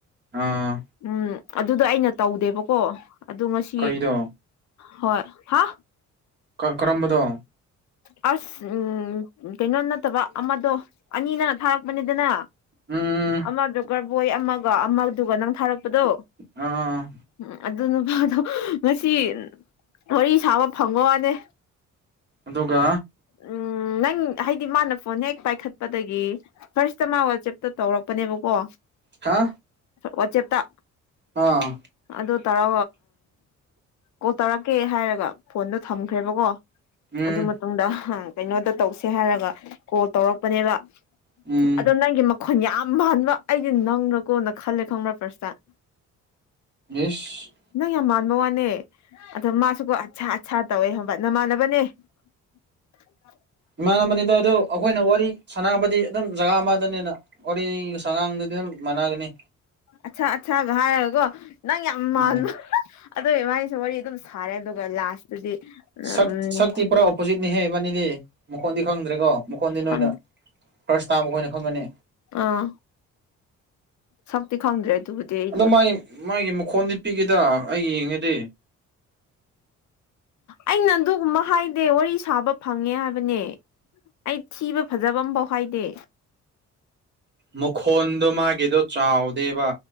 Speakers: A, on the right; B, on the left.
A: ꯑꯥ
B: ꯎꯝ ꯑꯗꯨꯗꯣ ꯑꯩꯅ ꯇꯧꯗꯦꯕꯀꯣ ꯑꯗꯨ ꯉꯁꯤ
A: ꯀꯔꯤꯗꯣ
B: ꯍꯣꯏ ꯍꯥ
A: ꯀꯔꯝꯕꯅꯣ
B: ꯑꯁ ꯎꯝ ꯀꯩꯅꯣ ꯅꯠꯇꯕ ꯑꯃꯗꯣ ꯑꯅꯤꯅ ꯊꯥꯔꯛꯄꯅꯤꯗꯅ
A: ꯎꯝ
B: ꯑꯃꯗꯨ ꯖꯣꯀꯔꯕꯣꯏ ꯑꯃꯒ ꯑꯃꯗꯨꯒ ꯅꯪ ꯊꯥꯔꯛꯄꯗꯣ
A: ꯑꯥ
B: ꯎꯝ ꯑꯗꯨ ꯅꯨꯄꯥꯗꯣ ꯉꯁꯤ ꯋꯥꯔꯤ ꯁꯥꯕ ꯐꯪꯕꯩ ꯋꯥꯅꯦ
A: ꯑꯗꯨꯒ
B: ꯎꯝ ꯅꯪ ꯍꯥꯏꯗꯤ ꯃꯥꯅ ꯐꯣꯟ ꯍꯦꯛ ꯄꯥꯏꯈꯠꯄꯗꯒꯤ ꯐꯥꯔꯁꯇ ꯃꯥ ꯋꯥꯆꯦꯞꯇ ꯇꯧꯔꯛꯄꯅꯦꯕꯀꯣ
A: ꯍꯥ
B: ꯋꯥ ꯆꯦꯞꯇ
A: ꯑꯥ
B: ꯑꯗꯨ ꯇꯔ ꯀꯣꯜ ꯇꯥꯔꯛꯀꯦ ꯍꯥꯏꯔꯒ ꯐꯣꯟꯗꯣ ꯊꯝꯈ꯭ꯔꯦꯕꯀꯣ
A: ꯎꯝ
B: ꯑꯗꯨ ꯃꯇꯨꯡꯗ ꯀꯩꯅꯣꯗ ꯇꯧꯁꯦ ꯍꯥꯏꯔꯒ ꯀꯣꯜ ꯇꯧꯔꯛꯄꯅꯦꯕ
A: ꯎꯝ
B: ꯑꯗꯣ ꯅꯪꯒꯤ ꯃꯈꯣꯟ ꯌꯥꯝ ꯃꯥꯟꯕ ꯑꯩꯗꯤ ꯅꯪꯔ ꯀꯣꯅ ꯈꯜꯂꯦ ꯈꯪꯕ꯭ꯔ ꯄ꯭ꯔꯁꯇ
A: ꯏꯁ
B: ꯅꯪ ꯌꯥꯝ ꯃꯥꯟꯕ ꯋꯥꯅꯦ ꯑꯗꯣ ꯃꯥꯁꯨꯀꯣ ꯑꯠꯁꯥ ꯑꯠꯁꯥ ꯇꯧꯋꯦ ꯍꯕꯠ ꯅꯃꯥꯟꯅꯕꯅꯦ <inaudible>
A: ꯏꯃꯥꯟꯅꯕꯅꯤꯗ ꯑꯣ ꯑꯩꯈꯣꯏꯅ ꯋꯥꯔꯤ ꯁꯥꯟꯅꯕꯗꯤ ꯑꯗꯨꯝ ꯖꯒꯥ ꯑꯃꯗꯅꯤꯅ ꯋꯥꯔꯤ ꯁꯉꯥꯡꯗꯨꯗꯤ ꯑꯗꯨꯝ ꯃꯥꯟꯅꯒꯅꯤ
B: ꯑꯠꯆꯥꯥ ꯑꯠꯆꯥꯥ ꯍꯥꯏꯚꯥꯏꯀꯣ ꯅꯪ ꯌꯥꯝ
A: ꯎꯝ
B: ꯃꯥꯜꯂꯣ ꯑꯗꯨꯕꯥꯅꯤꯁꯨ ꯋꯥꯔꯤ ꯑꯗꯨꯝ ꯁꯥꯔꯦ ꯑꯗꯨꯒ ꯂꯥꯁꯇꯗꯤ ꯎꯝ
A: ꯁꯛ ꯁꯛꯇꯤ ꯄꯨꯔꯥ ꯑꯣꯄꯣꯖꯤꯠꯅꯤꯍꯦꯕꯥꯅꯤꯗꯤ ꯃꯈꯣꯟꯗꯤ ꯈꯪꯗ꯭ꯔꯦꯀꯣ ꯃꯈꯣꯟꯗꯤ ꯅꯣꯏꯅ
B: ꯈꯪ
A: ꯐꯔꯁ ꯇꯥꯕ ꯑꯩꯈꯣꯏꯅ ꯈꯪꯒꯅꯤ
B: ꯑꯥ ꯁꯛꯇꯤ ꯈꯪꯗ꯭ꯔꯦ ꯑꯗꯨꯕꯨꯗꯤ ꯑꯩꯁꯨ
A: ꯑꯗꯣ ꯃꯥꯒꯤ ꯃꯥꯒꯤ ꯃꯈꯣꯟꯗꯤꯄꯤꯒꯦꯗ ꯑꯩ ꯌꯦꯡꯉꯗꯤ
B: ꯑꯩꯅ ꯑꯗꯨꯒꯨꯝꯕ ꯍꯥꯏꯗꯦ ꯋꯥꯔꯤ ꯁꯥꯕ ꯐꯪꯉꯦ ꯍꯥꯏꯕꯅꯦ ꯑꯩ ꯊꯤꯕ ꯐꯖꯕ ꯑꯃꯐꯥꯎ ꯍꯥꯏꯗꯦ
A: ꯃꯈꫭꯟꯗꯣ ꯃꯥꯒꯤꯗꯣ ꯆꯥꯎꯗꯦꯕ